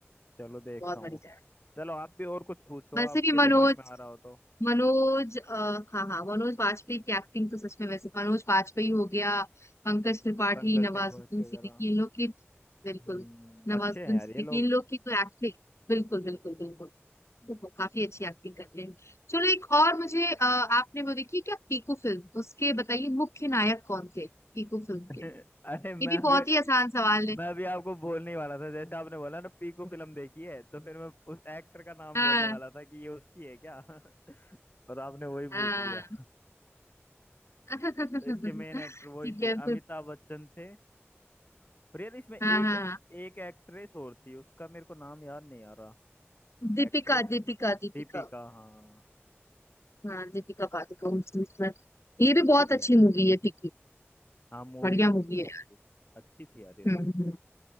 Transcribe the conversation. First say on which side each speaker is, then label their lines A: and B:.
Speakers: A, on the left (about 45°); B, on the left (about 75°).
A: चलो देखता
B: बहुत
A: हूँ
B: बढ़िया है
A: चलो आप भी और कुछ पूछो
B: वैसे
A: आपके
B: भी मनोज
A: दिमाग में आ रहा हो तो
B: मनोज अ, हाँ हाँ मनोज वाजपेयी की एक्टिंग तो सच में वैसे मनोज वाजपेयी हो गया पंकज त्रिपाठी
A: पंकज
B: नवाजुद्दीन
A: त्रिपाठी
B: सिद्दीकी
A: वगैरह
B: इन लोग की बिल्कुल
A: हम्म
B: नवाजुद्दीन
A: अच्छे हैं यार
B: सिद्दीकी
A: ये लोग
B: इन लोग की तो एक्टिंग बिल्कुल बिल्कुल बिल्कुल
A: हम्म।
B: तो वो काफी अच्छी एक्टिंग कर रहे हैं चलो एक और मुझे अ, आपने वो देखी क्या पीकू फिल्म उसके बताइए मुख्य नायक कौन थे पीकू फिल्म
A: <laughs>
B: के
A: अरे मैं
B: ये भी
A: अभी
B: बहुत ही आसान सवाल है
A: मैं अभी आपको बोलने ही वाला था जैसे आपने बोला ना पीकू फिल्म देखी है तो फिर मैं उस एक्टर का नाम
B: हाँ
A: बोलने वाला था कि ये उसकी है क्या <laughs> और आपने वही
B: हाँ
A: पूछ लिया
B: <laughs>
A: तो इसके मेन एक्टर वही
B: ठीक
A: थे
B: है फिर
A: अमिताभ बच्चन थे और यार इसमें एक
B: हाँ हाँ हाँ।
A: एक एक्ट्रेस और थी उसका मेरे को नाम याद नहीं आ रहा
B: दीपिका
A: एक्ट्रेस
B: दीपिका
A: दीपिका
B: दीपिका
A: हाँ
B: हाँ दीपिका पादुकोण इसमें ये भी
A: अच्छी
B: बहुत
A: थी
B: अच्छी
A: यार ये।
B: मूवी है पीकू
A: हाँ मूवी
B: बढ़िया
A: मूवी
B: मूवी है
A: अच्छी थी यार ये
B: हम्म
A: तो
B: हम्म।